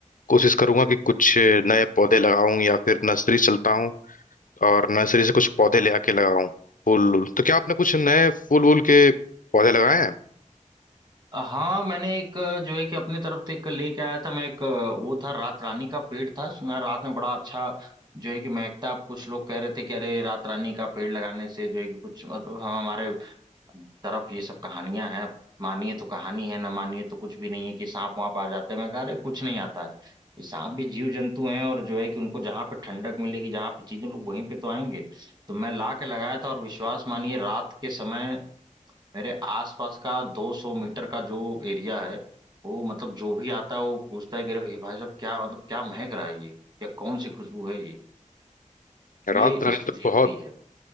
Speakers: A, on the left; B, on the right.
A: कोशिश करूंगा कि कुछ नए पौधे लगाऊं या फिर नर्सरी चलता हूँ और नर्सरी से कुछ पौधे ले आके लगाऊं फूल वूल तो क्या आपने कुछ नए फूल वूल के पौधे लगाए हैं
B: हाँ मैंने एक अ, जो है कि अपने तरफ से एक लेके आया था मैं एक अ, वो था रात रानी का पेड़ था सुना है रात में बड़ा अच्छा जो है कि महकता अब कुछ लोग कह रहे थे कि अरे रात रानी का पेड़ लगाने से जो है कि कुछ मतलब हम हमारे तरफ ये सब कहानियां हैं मानिए तो कहानी है ना मानिए तो कुछ भी नहीं है कि सांप वाप आ जाते हैं मैं कह रहे कुछ नहीं आता है ये सांप भी जीव जंतु हैं और जो है कि उनको जहां पे ठंडक मिलेगी जहां पे चीजें लोग वहीं पे तो आएंगे तो मैं ला के लगाया था और विश्वास मानिए रात के समय मेरे आसपास का 200 मीटर का जो एरिया है वो मतलब जो भी आता है वो पूछता है कि अरे भाई भाई साहब क्या मतलब क्या महक रहा है ये या कौन सी खुशबू है ये ये
A: रात रानी
B: स्थिति
A: तो बहुत
B: होती है